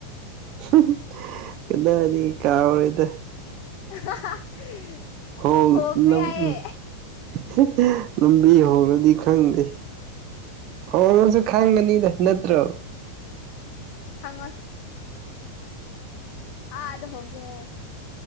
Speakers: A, on the right; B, on the left.
A: <unintelligible> <inaudible> ꯀꯗꯥꯅꯤ ꯀꯥꯎꯔꯣꯏꯗ
B: <unintelligible> <inaudible>
A: ꯍ ꯎ <unintelligible>
B: ꯍꯣꯡꯈ꯭ꯔꯦ ꯍꯥꯏꯌꯦ
A: <inaudible> ꯂꯝꯨꯝꯕꯤ ꯍꯔꯗꯤ ꯈꯪꯗꯦ ꯍꯔꯁꯨ ꯈꯥꯡꯕꯅꯤꯗ ꯅꯠꯇ꯭ꯔꯣ
B: ꯈꯪꯉꯣꯏ ꯑ ꯑꯗꯨꯗ ꯍꯒ꯭ꯔꯦ